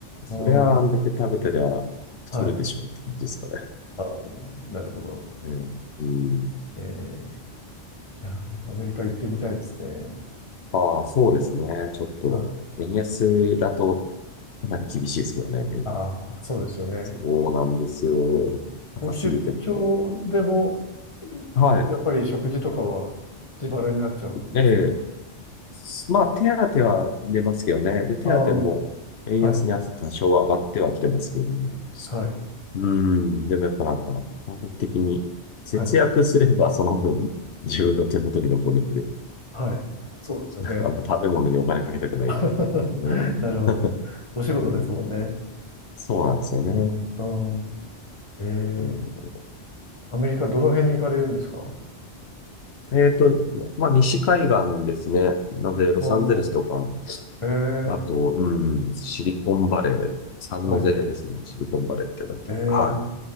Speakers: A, on the left (about 65°); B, on the left (about 25°).
A: そりゃあんだけ食べてりゃ太るでしょうって感じですよね。
B: あーはい。あー、なるほど。
A: うん。うん
B: えー、いやー、アメリカ行ってみたいですね。
A: ああ、そうですね。ちょっと、
B: あ
A: 円安だとかなり厳しいですけどね、今。
B: あー、そうですよね。
A: そうなんですよ。高すぎても。
B: もう出張でも、
A: はい。
B: やっぱり食事とかは自腹になっちゃうんですか
A: ええ。まあ、手当は出ますけどね。で、手当も円安に合わせて多少上がってはきてますけどね。
B: ああー、はい、はい、
A: うん。でもやっぱなんか、感覚的に節約すればその分自分の手元に残るんで、
B: はい、はい。そうですよね。
A: なんかあんま食べ物にお金かけたくないんで。
B: <laughs>
A: うん。
B: なるほど。お仕事ですもんね。
A: そうん、そうなんですよね。
B: うん。え
A: う
B: ー、アメリカどの辺に行かれるんですかあ
A: ん、えっと、まあ、西海岸ですね。なので、ロサンゼルスとか、
B: あー、ええ、
A: あと、うん、シリコンバレー、三ノ瀬ですね。
B: はい。
A: シリコンバレーってなってる。
B: ええ、
A: はい。